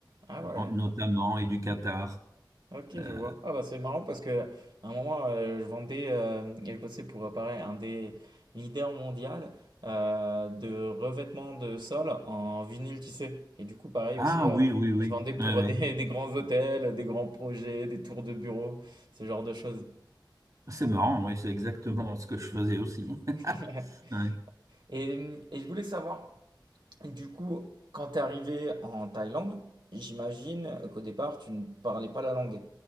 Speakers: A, on the right; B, on the right.
A: Ah ouais,
B: en- notamment, et du Qatar.
A: ok,
B: Euh,
A: je vois. Ah bah c'est marrant parce que à un moment euh, je vendais euh, et je bossais pour euh, pareil un des leaders mondial euh, de revêtement de sol en vinyle tissé. Et du coup pareil
B: ah
A: aussi,
B: Ah
A: euh,
B: oui, ouais. oui, oui.
A: je vendais pour
B: Ouais, ouais.
A: des, <laughs> des grands hôtels, des grands projets, des tours de bureau, ce genre de choses.
B: C'est marrant, oui, c'est exactement ce que je faisais aussi. <laughs>
A: <laughs>
B: Ouais.
A: Et, et je voulais savoir Du coup, quand tu es arrivé en Thaïlande, j'imagine qu'au départ, tu ne parlais pas la langue.